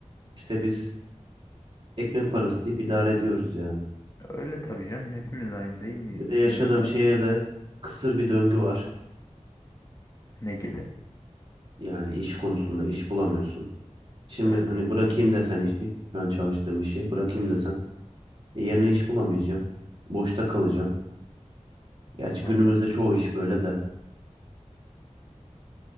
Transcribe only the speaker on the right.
İşte biz ekmek parası deyip idare ediyoruz yani.
Bir de
yaşadığım
şehirde kısır bir döngü var.
Yani iş konusunda iş bulamıyorsun. Şimdi
hani bırakayım desen işi, şu an çalıştığım işi bırakayım desem e, yerine iş bulamayacağım. Boşta kalacağım. Gerçi
günümüzde çoğu iş böyle de.